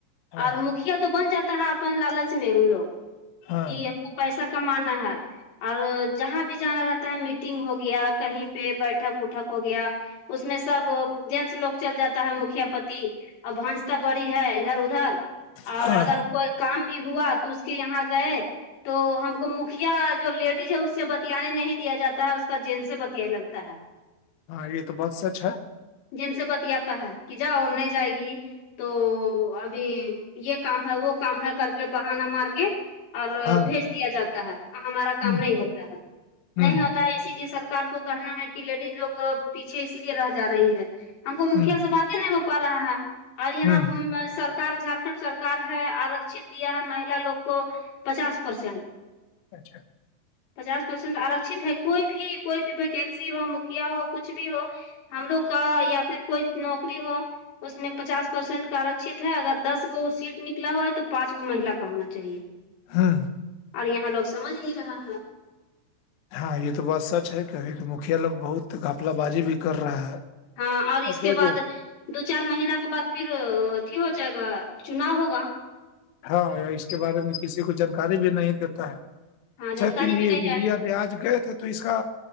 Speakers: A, on the left; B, on the left.
A: ہاں
B: اور مکھیا تو بن جاتا ہے اپن لالچ میں ان لوگ
A: ہاں
B: کہ ہم پیسہ کمانا ہے اور جہاں بھی جانا رہتا ہے میٹنگ ہو گیا کہیں پہ بیٹھک وٹھک ہو گیا اس میں سب جینس لوگ چل جاتا ہے مکھیا پتی اور ونس تو بڑی ہے ادھر ادھر اور
A: ہاں
B: اگر کوئی کام بھی ہوا تو اس کے یہاں گئے تو ہم کو مکھیا جو لیڈیز ہے اس سے بتیانے نہیں دیا جاتا ہے اس کا جین سے بتیا لگتا ہے
A: ہاں یہ تو بہت سچ ہے
B: جن سے بتیاتا ہے کہ جاؤ ہم نہیں جائے گی تو ابھی یہ کام ہے وہ کام ہے کر کے بہانا مار کے اور
A: ہاں
B: بھیج دیا جاتا ہے ہمارا کام
A: ہوں
B: نہیں ہوتا ہے
A: ہوں
B: نہیں ہوتا اسی لیے سرکار کو کہنا ہے کہ لیڈیز لوگ پیچھے اسی لیے رہ جا رہی ہے ہم کو مکھیا
A: ہوں
B: سے بات نہیں ہو پا رہا ہے اور یہاں
A: ہوں
B: سرک جھارکھنڈ سرار ہے آرکت دیا ہے مہیلا لوگ کو پچاس پرسینٹ
A: اچھا
B: پچاس پرسینٹ آرکھت ہے کوئی بھی کوئی بھی ویکنسی ہو مکھیا ہو کچھ بھی ہو ہم لوگ کا یا پھر کوئی نوکری ہو اس میں پچاس پرسینٹ کا آرکت ہے اگر دس گو سیٹ نکلا ہوا ہے تو پانچ گو مہیلا کا ہونا چاہیے
A: ہاں
B: اور یہاں لوگ سمجھ نہیں رہا ہے
A: ہاں یہ تو بات سچ ہے کہ ابھی کے مکھیا لوگ بہت گافلہ بازی بھی کر رہا ہے
B: ہاں اور اس کے
A: جو
B: بعد
A: جو
B: دو چار مہینہ کے بعد پھر اھی ہو جائے گا چنا ہوگا
A: ہاں اس کے بارے میں کسی کو جانکاری بھی نہیں دیتا ہے
B: ہاں
A: اچھا
B: جانکاری
A: تو یہ
B: بھی نہیں ہے
A: یہ آج گئے تھے تو اس کا